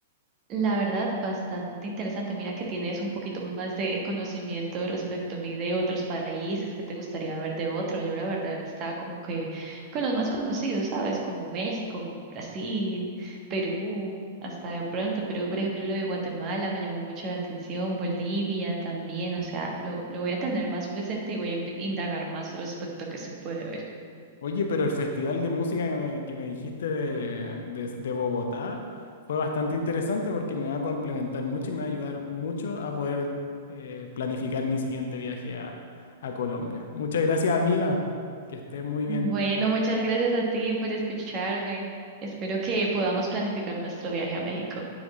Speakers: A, on the right (about 30°); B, on the left (about 55°).
A: La verdad, bastante interesante. Mira que tienes un poquito más de conocimiento respecto a mí de otros países que te gustaría ver de otro. Yo la verdad estaba como que con los más conocidos, ¿sabes? Como México, Brasil, Perú, hasta de pronto. Pero por ejemplo lo de Guatemala me llamó mucho la atención, Bolivia también. O sea, lo, lo voy a tener más presente y voy a inv- indagar más respecto a qué se puede ver.
B: Oye, pero el festival de música que me, que me dijiste de, de- de Bogotá fue bastante interesante porque me va a complementar mucho y me va a ayudar mucho a poder eh, planificar mi siguiente viaje a, a Colombia. Muchas gracias, amiga. Que estés muy bien.
A: Bueno, muchas gracias a ti por escucharme. Espero que podamos planificar nuestro viaje a México.